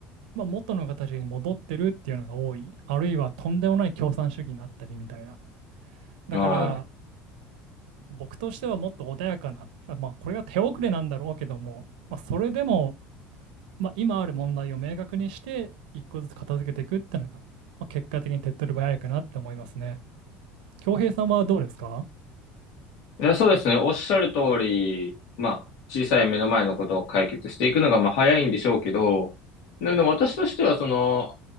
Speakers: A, on the right; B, on the left.
A: まあ、元の形に戻ってるっていうのが多い。あるいはとんでもない共産主義になったりみたいな。だから、
B: はい。
A: 僕としてはもっと穏やかな、あまあ、これが手遅れなんだろうけども、まあ、それでも、まあ、今ある問題を明確にして、一個ずつ片付けていくっていうのが、まあ、結果的に手っ取り早いかなって思いますね。恭平さんはどうですか
B: いや、そうですね。おっしゃる通り、まあ、小さい目の前のことを解決していくのが、まあ、早いんでしょうけど、ででも私としては、その、